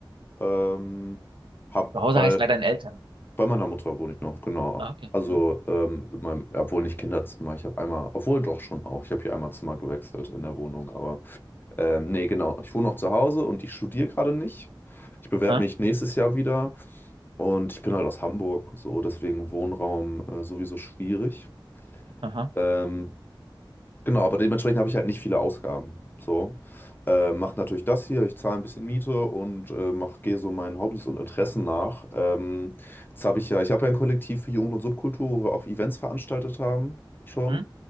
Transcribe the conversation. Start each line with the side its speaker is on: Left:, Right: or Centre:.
Left: Ähm, hab,
Right: Zu Hause
Left: weil
Right: heißt bei deinen Eltern.
Left: Bei meiner Mutter wohne ich noch, genau.
Right: Ah, okay.
Left: Also,
Right: Hm?
Left: ähm, in meinem, obwohl nicht Kinderzimmer. Ich habe einmal, obwohl doch schon auch. Ich habe hier einmal Zimmer gewechselt in der Wohnung. Aber ähm, nee, genau. Ich wohne noch zu Hause und ich studiere gerade nicht. Ich bewerbe
Right: Ah,
Left: mich nächstes Jahr wieder und ich bin halt aus Hamburg. So, deswegen Wohnraum äh, sowieso schwierig.
Right: aha.
Left: Ähm, Genau, aber dementsprechend habe ich halt nicht viele Ausgaben. So, äh, mache natürlich das hier, ich zahle ein bisschen Miete und äh, mach, gehe so meinen Hobbys und Interessen nach. Ähm, jetzt habe ich ja, ich habe ja ein Kollektiv für Jugend und Subkultur, wo wir auch Events veranstaltet haben schon.
Right: Hm?